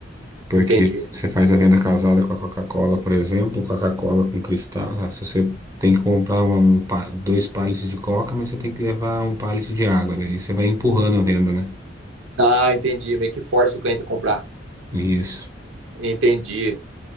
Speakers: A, on the right (about 15°); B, on the right (about 80°).
A: Porque
B: entendi.
A: você faz a venda casada com a Coca-Cola, por exemplo, Coca-Cola com Cristal, tá? Se você tem que comprar uma- um pa- dois pallets de Coca, mas você tem que levar um pallet de água, daí você vai empurrando a venda, né?
B: Ah, entendi, meio que força o cliente a comprar.
A: Isso.
B: Entendi,